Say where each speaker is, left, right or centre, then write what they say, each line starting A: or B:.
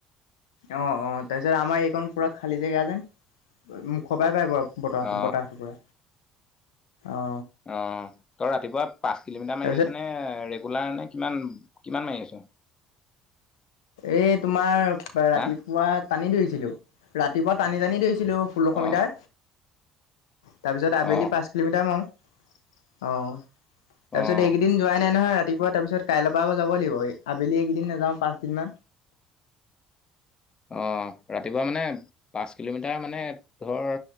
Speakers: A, on the left; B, on the left.
A: অ অ তাৰপিছত আমাৰ এইখন পুৰা খালী জেগা যে মুখৰ পৰাই পাই ব। বতাহ
B: অ
A: বতাহ <inaudible> পুৰা অ।
B: অ তই ৰাতিপুৱা পাঁচ কিলোমিটাৰ
A: তাৰপিছত
B: মাৰি আছ নে ৰে। গুলাৰ নে কিমান কিমান মাৰি আছ।
A: এই তোমাৰ ৰাতিপুৱা
B: হা
A: টানি ধৰিছিলো ৰাতিপুৱা টানি টানি দৰিছিলো। ষোল্লশ
B: অ
A: মিটাৰ তাৰপিছত আবেলি
B: অ
A: পাঁচ। কিলোমিটাৰ মাৰু অঁ তাৰপিছত
B: অ
A: এইকেইদিন। যোৱাই নাই নহয় ৰাতিপোৱা তাৰপিছত কাইৰ পৰা যাব লাগিব আবেলি কেইদিন নাওঁ পা। কিমা।
B: অ ৰাতিপুৱা মানে পাঁচ কিলোমিটাৰ মানে ধৰ।